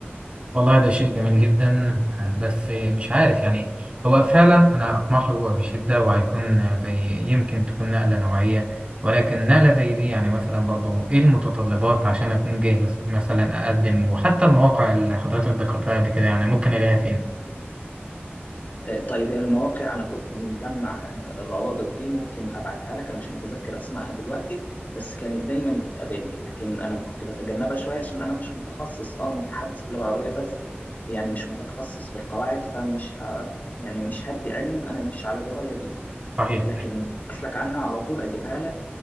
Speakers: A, on the right; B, on the left.
A: والله ده شيء جميل جدا آه، بس مش عارف يعني هو فعلا انا اطمح له بشده وهيكون زي يمكن تكون نقله نوعيه ولكن نقله زي دي يعني مثلا برضو ايه المتطلبات عشان اكون جاهز مثلا اقدم وحتى المواقع اللي حضرتك ذكرتها قبل كده يعني ممكن الاقيها فين
B: آه، طيب هي المواقع انا كنت مجمع آه، الروابط دي ممكن ابعتها لك انا مش متذكر اسمائها دلوقتي بس كانت دايما بتقابلني لكن انا كنت بتجنبها شويه عشان انا مش متخصص اه متحدث باللغه العربيه بس يعني مش متخصص في القواعد فمش ه... يعني مش هدي علم انا مش على درايه بيه
A: صحيح
B: لكن
A: صحيح.
B: اسلك عنها على طول اجيبها لك